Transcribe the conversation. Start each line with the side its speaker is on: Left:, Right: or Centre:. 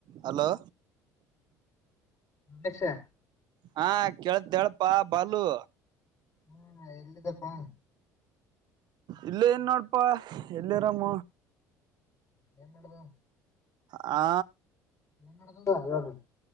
Right: <inaudible> Hello
Left: Ayesha
Right: ಹಾ ಕೇಳ್ದ ಹೇಳಳ್ಪಾ ಬಾಲು
Left: ಹ್ಮ್ ಎಲ್ಲಿದಪ್ಪಾ
Right: ಇಲ್ಲ ಏನ್ ನೋಡಪಾ ಎಲ್ಲಿರಾಮ
Left: ಹ್ಮ್ ನಡದ
Right: ಆ
Left: ನ್ ಆರು